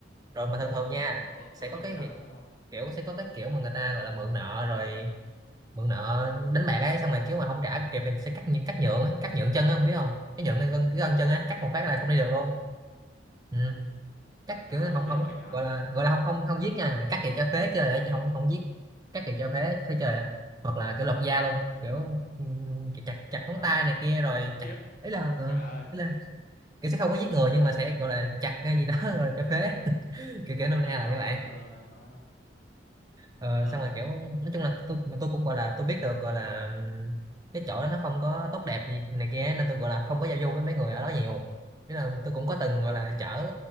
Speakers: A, on the right; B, on the left.
A: rồi mà thường thường nha
B: ồ,
A: sẽ
B: ừ,
A: có
B: xong
A: cái
B: rồi sao
A: hiện-
B: nữa không?
A: kiểu sẽ có cái kiểu mà người ta gọi là mượn nợ rồi mượn nợ đánh bạc ấy xong rồi kiểu mà không trả kịp thì sẽ cắt như cắt nhượng ấy, cắt nhượng chân á không biết không cái nhượng cái gân, cái gân chân á cắt một phát là không đi
B: Chắc
A: được luôn ừ. cắt
B: trời
A: kiểu là
B: ơi
A: không
B: ghê
A: không
B: vậy trời.
A: gọi là gọi là không không không giết nha mà cắt thì cho phế chơi vậy chứ không không giết cắt thì cho phế phế chơi á hoặc là kiểu lột da luôn kiểu
B: Ừ,
A: ừ, chặt chặt
B: trời
A: ngón
B: ơi,
A: tay này kia rồi chặt
B: khiếp.
A: ấy là ừ,
B: Trời ơi,
A: ý là kiểu sẽ không có giết người nhưng mà sẽ gọi là chặt ngay gì đó <laughs> rồi cho phế <laughs> kiểu kiểu nôm
B: ghê
A: na là
B: quá ông
A: như vậy
B: ơi. Rồi rồi nói nói.
A: Ờ,
B: Ờ.
A: xong rồi kiểu nói chung là tôi mà tôi cũng gọi là tôi biết được gọi là ừm, cái chỗ đó nó không có tốt đẹp gì này kia ấy, nên tôi gọi là không có giao du với mấy người ở đó nhiều thế là tôi cũng có từng gọi là
B: Ừ.
A: chở